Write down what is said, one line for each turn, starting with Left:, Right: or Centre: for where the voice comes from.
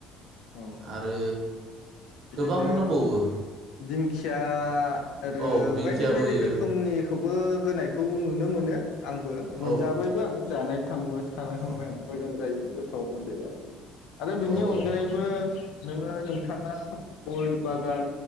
Left: औ
Right: आरो
Left: बिदिनो
Right: गोबां दंबावो
Left: दिंखिया आरो
Right: औ दिंखियाबो
Left: बायदि बायदि
Right: होयो
Left: रोखोमनिखौबो होनायखौ नुनो मोनो आंबो मोनजाबायबो
Right: औ
Left: आं जानाय थांबो <unintelligible> आं
Right: औ
Left: मोजां जायो गोथाव मोनजायो आरो बिनि
Right: औ औ
Left: अनगायैबो नोङो नोंथाङा गय बागान